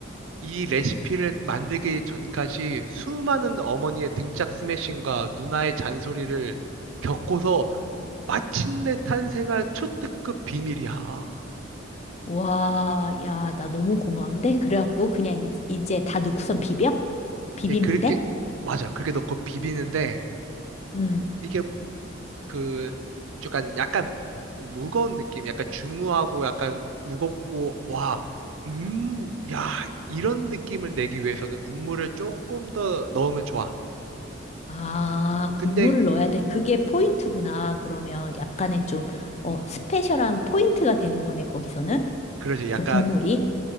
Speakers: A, on the right; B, on the left.
A: 이 레시피를 만들기 전까지 수많은 어머니의 등짝 스매싱과 누나의 잔소리를 겪고서 마침내 탄생한 초특급 비밀이야.
B: 와, 야, 나 너무 고마운데? 그래갖고 그냥 인- 이제 다 넣고선 비벼? 비비면
A: 이제 그렇게,
B: 돼?
A: 맞아. 그렇게 넣고 비비는데,
B: 음.
A: 이게 그, 약간, 약간 무거운 느낌, 약간 중후하고 약간 무겁고, 와, 음, 야, 이런 느낌을 내기 위해서는 국물을 조금 더 넣으면 좋아.
B: 아, 국물을
A: 근데,
B: 넣어야 된 그게 포인트구나. 그러면 약간의 좀, 어, 스페셜한 포인트가 되는 거네, 거기서는.
A: 그러지. 약간
B: 그 국물이.